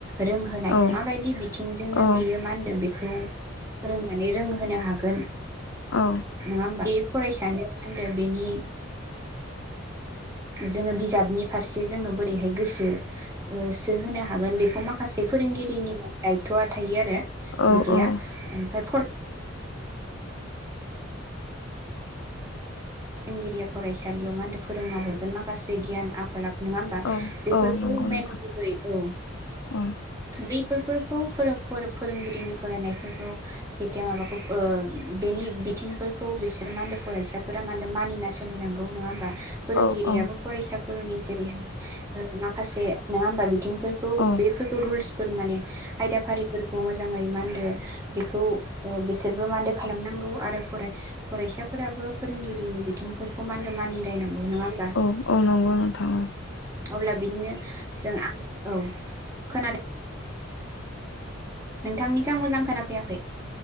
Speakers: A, on the right; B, on the left.
A: रोंहोनाय
B: औ
A: माबायदि बिथिंजोंनो
B: औ
A: बेयो मा होनदो बे बेखौ फोरोंनानै रोंहोनो हागोन
B: औ
A: नङा होमबा बे फरायसानो मा होनदो? बेनि जोङो बिजाबनि फारसे जोङो बोरैहाय गोसो सो होनो हागोन बेखौ माखासे फोरोंगिरिनि माने दाय थआ थायो आरो ।
B: औ
A: बिदिया
B: औ
A: ओमफ्राय फर फोरोंगिरिया फरायसालियाव मा होनदो फोरोंना हरगोन माखासे गियान आखल आखु नङा होमबा
B: औ
A: बेफोरखौ
B: औ नंगौ
A: मेन
B: नोंथां
A: गुबै औ
B: औ
A: बे फोरफोरखौ फोर फोरोंगिरिनि फरायनायफोरखौ जेथिया माबाखौ ओ बेनि बिथिंफोरखौ बिसोर मा होनो फरायसा मान होना मानिना सलिनांगौ नङा होमबा। फोरोंगिरियाबो
B: औ औ
A: फरायसा फोरनि जेरैहाय ओ माखासे नङा होमबा। बिथिंफोरखौ
B: औ
A: बेफोरखौ रुल्स फोर माने आयदाफारिफोरखौ मोजाङै मानदो बेखौ ओ बिसोरबो मानदो खालामनांगौ आरो । फराय फरायसाफोराबो फोरोंगिरिनि बिथिंफोरखौ मान होनो मानिलायनांगौ। नङा होमबा
B: औ औ नंगौ नोंथां औ ।
A: अब्ला बिदिनो जों आं औ खोनादों। नोंथांनिखौ आं मोजां खोनाफैयाखै ।